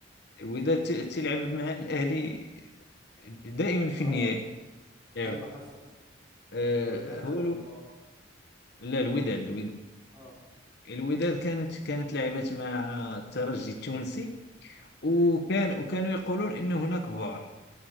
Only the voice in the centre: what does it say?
اه
ايوه حصل
الوداد
او
الرجاء
دل
اه
امم